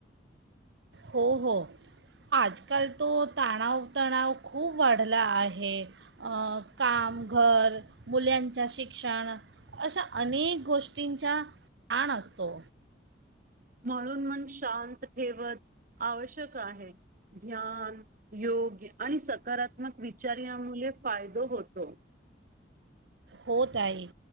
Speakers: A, on the right; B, on the right.
A: हो हो. आजकाल तो ताणाव तणाव खूप वाढला आहे, अ काम घर मुल्यांच्या शिक्षण अशा अनेक गोष्टींचा ताण असतो.
B: म्हणून मन शांत ठेवत आवश्यक आहे, ध्यान योग्य आणि सकारात्मक विचार यामुले फायदो होतो.
A: होत आहे,